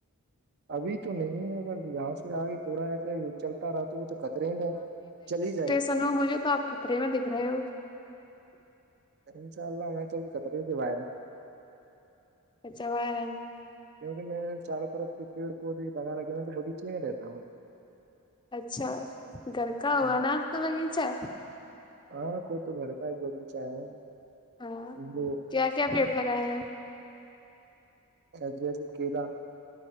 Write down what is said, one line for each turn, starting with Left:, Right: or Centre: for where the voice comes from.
Right: ابھی تو نہیں ہے اگر یہاں سے آگے تھوڑا ایسا چلتا رہتا ہو تو کترے میں چلی جائے
Left: سنو مجھے تو آپ خطرے میں دکھ رہے ہو
Right: انشاء اللہ میں تو ابھی خطرے سے باہر ہوں
Left: ا چ وارن <inaudible>
Right: کیوںکہ میں چاروں طرف سے پیڑ پودے لگا رکھے میں تو بغیچے میں ہی رہتا ہوں
Left: اچھا گھر کا ہوا
Right: ہوں۔
Left: نا آپ کا بگیچہ
Right: ہاں کو تو گھر کا ہی ببی چ ہے
Left: ہاں
Right: م <inaudible>
Left: کیا <inaudible> <inaudible>
Right: سجج کیلا